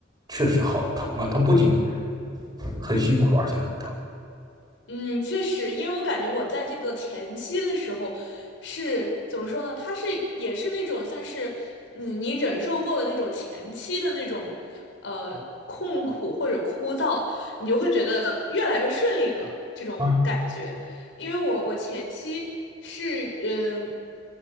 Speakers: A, on the right; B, on the left.
A: 确实好疼啊！它不仅很辛苦，而且很疼。
B: 嗯，确实，因为我感觉我在这个前期的时候是怎么说呢？它是也是那种像是你你忍受过的那种前期的那种呃痛苦或者枯燥，你就会觉得越来越顺利的这种感觉。
A: 啊。
B: 因为我我前期是嗯。呃